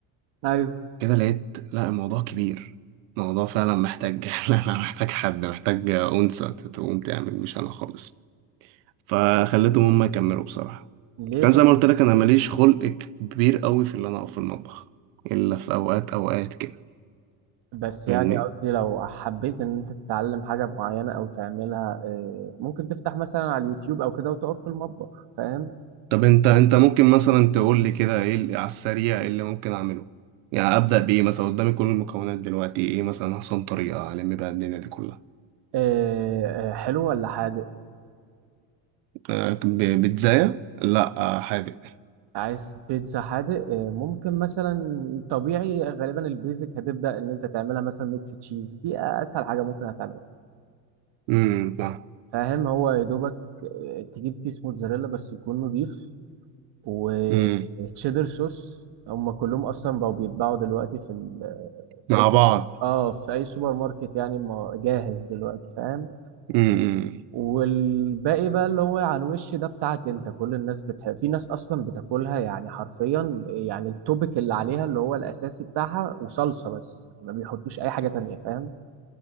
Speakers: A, on the right; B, on the right.
A: ايوه
B: كده لقيت لا الموضوع كبير الموضوع فعلا محتاج <laughs> لا لا محتاج حد محتاج أنثى تقوم تعمل مش أنا خالص فخليتهم هما يكملوا بصراحة
A: ليه
B: كان
A: طب
B: زي ما قلت لك أنا ماليش خلق كبير قوي في اللي أنا أقف في المطبخ إلا في أوقات أوقات كده
A: بس
B: فاهمني
A: يعني قصدي لو حبيت ان انت تتعلم حاجه معينه او تعملها آه، ممكن تفتح مثلا على اليوتيوب او كده وتقف في المطبخ فاهم
B: طب أنت أنت ممكن مثلا تقول لي كده إيه اللي على السريع إيه اللي ممكن أعمله يعني أبدأ بإيه مثلا قدامي كل المكونات دلوقتي إيه مثلا أحسن طريقة ألم بيها الدنيا دي كلها
A: آه، آه، حلو ولا حادق
B: آه، ب- بيتزاية؟ لأ آه، حادق
A: عايز بيتزا حادق آه، ممكن مثلا طبيعي غالبا البيزك هتبدا ان انت تعملها مثلا ميكس تشيز دي اسهل حاجه ممكن هتعملها
B: امم فاهم.
A: فاهم هو يا دوبك آه، تجيب كيس موتزاريلا بس يكون نضيف وتشيدر
B: امم.
A: صوص هم كلهم اصلا بقوا بيتباعوا دلوقتي في ال... في
B: مع
A: اي سوبر
B: بعض
A: اه في اي سوبر ماركت يعني ما- جاهز دلوقتي فاهم
B: امم
A: والباقي بقى اللي هو على الوش ده بتاعك انت كل الناس بتحب في ناس اصلا بتاكلها يعني حرفيا يعني التوبيك اللي عليها اللي هو الاساسي بتاعها وصلصة بس ما بيحطوش اي حاجة تانية فاهم